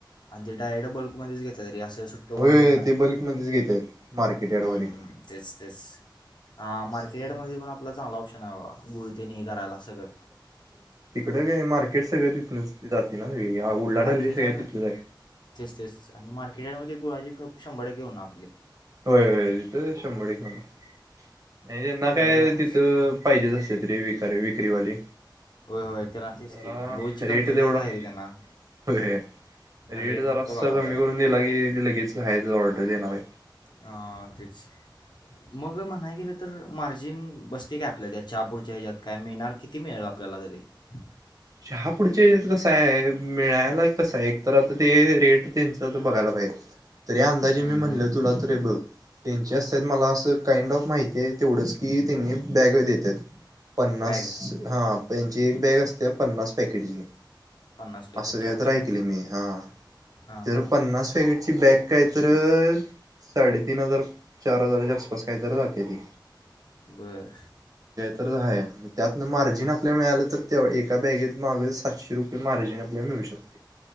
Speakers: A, on the left (about 65°); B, on the right (about 50°).
A: आणि ते टायर्ड बल्कमध्येच घेत तरी असं त सुट्टो
B: होय
A: करून घेत नाही
B: ते बल्कमध्येच घेतायत मार्केट
A: हम्म
B: यार्डवाले.
A: तेच तेच हा
B: असं
A: मार्केटमध्ये
B: जरा
A: पण आपला चांगला ऑप्शन आहे बा गुळतेनी हे करायला सगळं
B: स मार्केट सगळे तिथं जाते ना सगळी उल्हाडहल्ली
A: आणि मार्केट
B: सगळं
A: याड
B: तिथलंच आहे
A: तेच तेच आणि मार्केट याडमध्ये गुळाजी खप शंभर टक्के होणार आपली
B: होय होय तिथं शंभर टक्के होणार. नाही त्यांना
A: मग
B: काय
A: जरा
B: तिथं
A: असं-
B: पाहिजेच असते तरी विक विक्रीवाले.
A: होय होय त्याला तेच
B: जरा
A: की गोळची कमतरता
B: रेट तेवढा
A: आहे रे त्यांना
B: रेट
A: रेट
B: जरा
A: फक्त
B: अस
A: बघा बाय
B: कमी करून दिला की लगेच हायच ऑर्डर देणार आहे.
A: हा तेच मग म्हणाय गेलं तर मार्जिन बसते काय आपल्या यात चहापुढच्या ह्याच्यात काय मिळणार किती मिळेल आपल्याला जरी बे <unintelligible>
B: चहा पुढचे कसं आहे मिळायला कसं आहे एक तर आता ते रेट त्यां बघायला पाहिजे तरी अंदाजे
A: हं,
B: मी म्हणलं
A: हं.
B: तुला त बघ त्यांचे असतात मला असं काइंड ऑफ माहिती आहे तेवढंच की त्यांनी बॅग देतात. पन्नास
A: बॅग
B: हा त्यांची एक बॅग असते पन्नास पॅकेटची
A: पन्नास पॅकेटची
B: असं काय
A: अच्छा
B: तर ऐकलं मी हा
A: हां
B: तर
A: हां
B: पन्नास पॅकगेटची बॅग काय तर साडेतीन हजार चार हजाराच्या आसपास काहीतरी जाते ती
A: बरं
B: त्या मार्जिन आपल्या मिळालं तर ए बॅगेत मागे सातशे रुपये मार्जिन आपल्याला मिळू शकते.